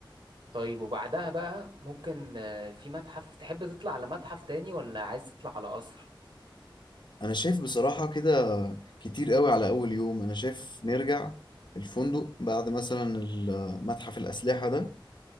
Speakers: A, on the right; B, on the left.
A: طيب وبعدها بقى ممكن آه، في متحف تحب تطلع على متحف تاني ولا عايز تطلع على قصر
B: انا شايف بصراحة كده كتير قوي على اول يوم انا شايف نرجع الفندق بعد مثلا ال- متحف الاسلحة ده